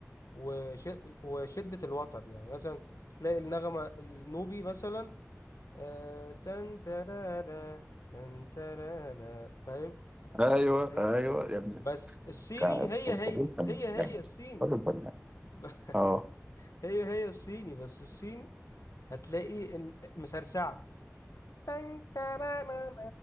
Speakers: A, on the left; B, on the right.
A: وش... وشدة الوتر يعني مثلا تلاقي النغمة النوبي مثلا آه... تن ترانا تن ترانا فاهم
B: ايوه
A: هي
B: ايوه يا ابني
A: بس الصيني
B: بتاع
A: هي هي
B: الفنان
A: هي هي الصيني
B: راجل فنان
A: <laughs>
B: اه
A: هي هي الصيني بس الصيني هتلاقي إن- مسرسعة تن ترانانا.